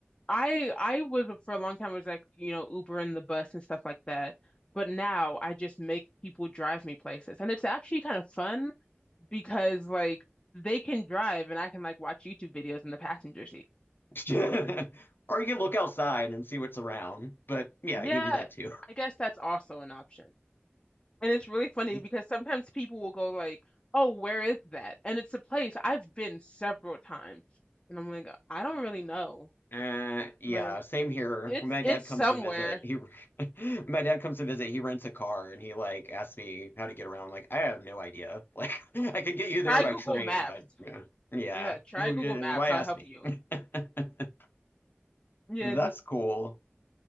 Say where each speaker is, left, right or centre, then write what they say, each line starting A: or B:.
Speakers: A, on the left; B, on the left.
A: I I was for a long time was like, you know, Uber and the bus and stuff like that. But now I just make people drive me places. And it's actually kind of fun because like they can drive and I can like watch YouTube videos in the passenger seat.
B: <laughs> Or you can look outside and see what's around, but yeah,
A: Yeah,
B: you can do that too.
A: I guess that's also an option. And it's really funny
B: <laughs>
A: because sometimes people will go like, "Oh, where is that?" And it's a place I've been several times. And I'm like, "I don't really know."
B: Uh, yeah,
A: Like
B: same here.
A: It's
B: When my dad
A: it's somewhere.
B: comes to visit, he <laughs> when my dad comes to visit, he rents a car and he like asks me how to get around. I'm Like, I have no idea. Like, <laughs> I could get you
A: Try
B: there by
A: Google
B: train,
A: Maps.
B: but yeah, yeah.
A: Yeah, try
B: Who-
A: Google Maps.
B: Why
A: I'll
B: ask
A: help
B: me?
A: you.
B: <laughs>
A: Yeah,
B: That's
A: th-
B: cool.